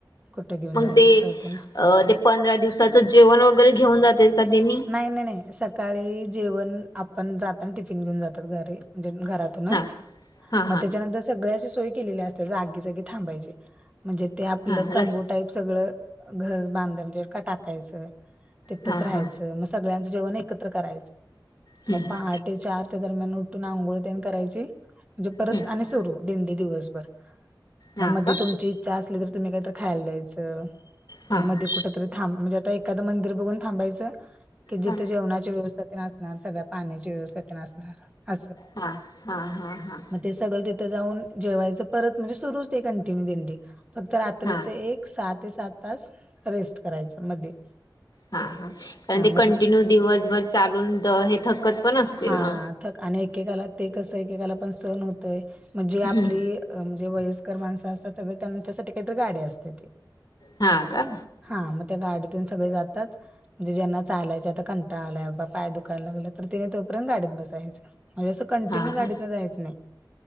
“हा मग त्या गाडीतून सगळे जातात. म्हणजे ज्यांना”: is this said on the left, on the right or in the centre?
Right